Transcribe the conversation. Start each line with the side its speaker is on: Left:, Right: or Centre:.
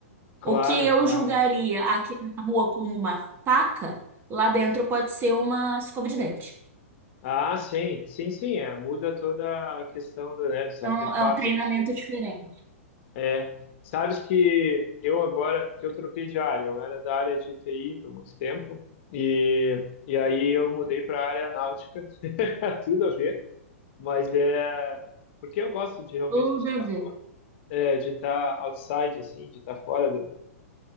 Left: claro,
Right: O que eu
Left: claro.
Right: julgaria aqui na rua como uma faca, lá dentro pode ser uma escova de dente.
Left: Ah, sim, sim, sim, é, muda toda a questão do, né, dos
Right: Então
Left: artefatos,
Right: é um treinamento
Left: enfim.
Right: diferente.
Left: É, sabes que eu agora, que eu troquei de área, eu era da área de TI por muito tempo, e, e aí eu mudei para a área náutica, <laughs> tudo a ver, mas é porque eu gosto de realmente
Right: Tudo
Left: de estar
Right: a ver.
Left: fora, é, de estar outside, assim, de estar fora do,